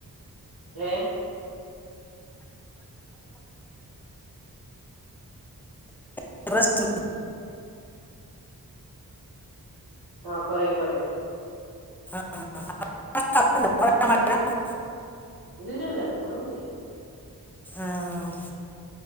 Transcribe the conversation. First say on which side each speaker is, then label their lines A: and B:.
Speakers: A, on the right; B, in the centre.
A: ഏഹ്
B: പ്പ റെസ്റ്റ്
A: ആഹ് പറയൂ പറയൂ
B: ആഹ് ആഹ് <unintelligible>
A: ഇല്ലില്ല മാറില്ല
B: ആഹ്